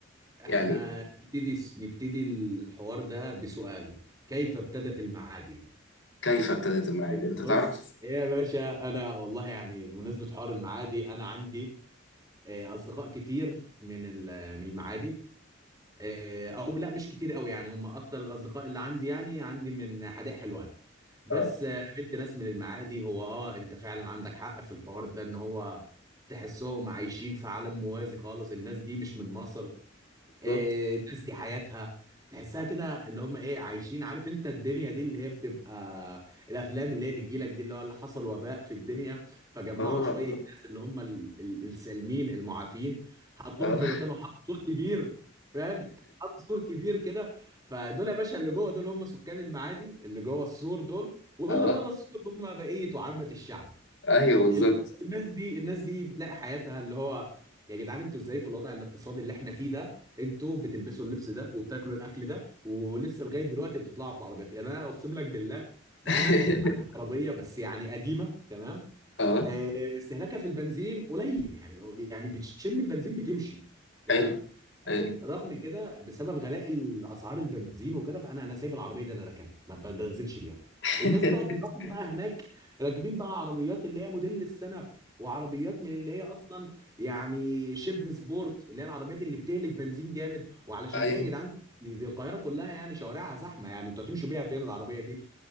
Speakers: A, on the left; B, on the right.
A: يعني
B: احنا نبتدي نبتدي الحوار ده بسؤال كيف ابتدت المعادي
A: كيف ابتدت المعادي أنت
B: بص
A: تعرف؟
B: ايه يا باشا انا والله يعني بمناسبه حوار المعادي انا عندي آه، اصدقاء كتير من ال- من المعادي آه، او لا مش كتير قوي يعني هم اكتر الاصدقاء اللي عندي يعني عندي من حدائق حلوان بس
A: اه
B: آه، قابلت ناس من المعادي هو اه انت فعلا عندك حق في الحوار ده ان هو تحسهم عايشين في عالم موازي خالص الناس دي مش من مصر
A: بالظبط
B: إيه، الناس دي حياتها تحسها كده اللي هم ايه عايشين عارف انت الدنيا دي اللي هي بتبقى الافلام اللي هي بتجي لك دي اللي هو اللي حصل وباء في الدنيا فجمعوا
A: اه
B: شويه
A: اه
B: ناس اللي هم ال- ال- السالمين المعافين حطوهم
A: اه
B: في مكان وحطوا سور كبير فاهم حطوا سور كبير كده فدول يا باشا اللي جوه دول هم سكان المعادي اللي جوه السور دول واللي
A: <laughs> آه.
B: بره السور هم بقيه وعامه الشعب
A: ايوه بالظبط
B: ال- الناس دي الناس دي بتلاقي حياتها اللي هو يا جدعان انتوا ازاي في الوضع الاقتصادي اللي احنا فيه ده انتوا بتلبسوا اللبس ده وبتاكلوا الاكل ده ولسه لغايه دلوقتي بتطلعوا بعربيات يعني انا اقسم لك بالله ده
A: <laughs>
B: انا عندي عربيه بس يعني قديمه تمام
A: اه
B: آه، استهلاكها في البنزين قليل يعني يعني بتشم البنزين بتمشي تمام
A: حلو حلو
B: لكن رغم كده بسبب غلاء الاسعار البنزين وكده فانا انا سايب العربيه دي انا راكنها ما بنزلش بيها
A: <laughs>
B: الناس بقى تلاقيهم بقى هناك راكبين بقى عربيات اللي هي موديل السنه وعربيات من اللي هي اصلا يعني شبه سبورت اللي هي العربيات اللي بتهلك بنزين جامد وعلشان
A: ايوه
B: ايه يا جدعان دي القاهره كلها يعني شوارعها زحمه يعني انتوا هتمشوا بيها فين العربيه